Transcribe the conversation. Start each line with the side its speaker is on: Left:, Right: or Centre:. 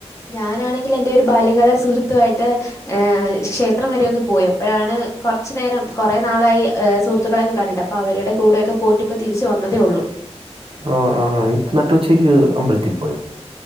Left: ഞാനാണെങ്കിൽ എന്റെ ഒരു ബാല്യകാലാ സുഹൃത്തു ആയിട്ട് ഏഹ് ക്ഷേത്രം വരെ ഒന്ന് പോയി അപ്പോഴാണ് കുറച്ച് നേരം കുറെ നാളായി ഏഹ് സുഹൃത്തുക്കളെയൊക്കെ കണ്ടിട്ട് അവരുടെ കൂടെയൊക്കെ പോയിട്ട് ഇപ്പോ തിരിച്ച് വന്നതേ ഉള്ളൂ
Right: ആഹ് ആഹ് ഇ നട്ട് ഉച്ചക്ക് അമ്പലത്തിൽ പോയൊ